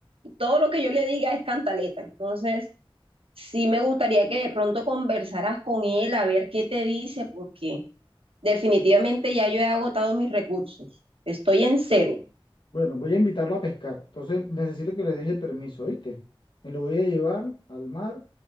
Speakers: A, on the right; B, on the left.
A: Todo lo que yo le diga es cantaleta, entonces sí me gustaría que de pronto conversaras con él a ver qué te dice, porque definitivamente ya yo he agotado mis recursos, estoy en cero.
B: Bueno, voy a invitarlo a pescar. Entonces necesito que le deje el permiso, ¿oíste? Me lo voy a llevar al mar.